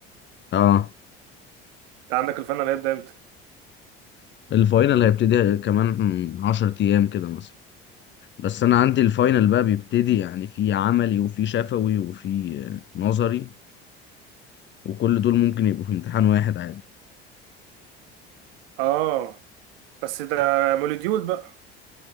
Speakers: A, on the left (about 40°); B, on the right (about 75°).
A: اه
B: انت عندك الفاينل هيبدأ امتى
A: الفاينل هيبتدي كمان عشر ايام كده مثلا بس انا عندي الفاينل بقى بيبتدي يعني في عملي وفي شفوي وفي آه، نظري وكل دول ممكن يبقوا في امتحان واحد عادي
B: اه بس ده مولوديول بقى